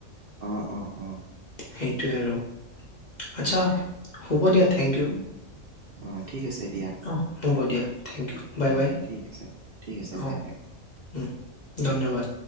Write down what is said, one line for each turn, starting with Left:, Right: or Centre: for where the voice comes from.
Right: অ অ অ অ
Left: সেইটোৱে আৰু।
Right: সেয়াই
Left: আচ্ছা, হ'ব দিয়া থেংক ইউ।
Right: অ', ঠিক আছে দিয়া।
Left: অ', হ'ব দিয়া থেংক ইউ বাই
Right: অ
Left: বাই।
Right: ঠিক আছে ঠিক আছে,
Left: অ'
Right: বাই বাই।
Left: উম, ধন্যবাদ।